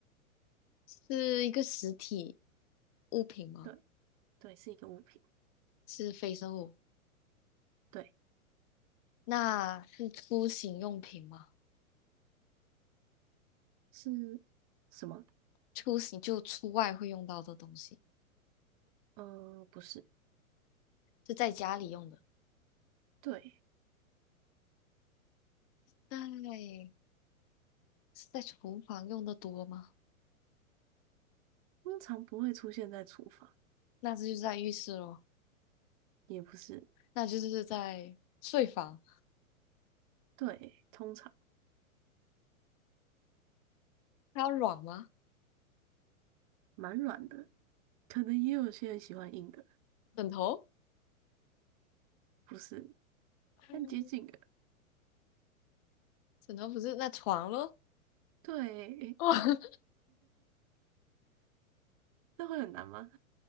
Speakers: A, on the left; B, on the right.
A: 是一个实体物品吗？
B: 对对，是一个物品。
A: 是非生物？
B: 对，
A: 那是出行用品吗？
B: 是什么？
A: 出行就出外会用到的东西，
B: 嗯、不是。
A: 是在家里用的。
B: 对，
A: 那是在厨房用的多吗？
B: 通常不会出现在厨房，
A: 那这就是在浴室咯，
B: 也不是。
A: 那就是在睡房。
B: 对，通常
A: 它要软吗？
B: 蛮软的，可能也有些人喜欢硬的。
A: 枕头？
B: 不是，
A: 嗯
B: 但接近的。
A: 枕头不是那床咯？
B: 对，诶，
A: 哦，<laughs>
B: 那会很难吗？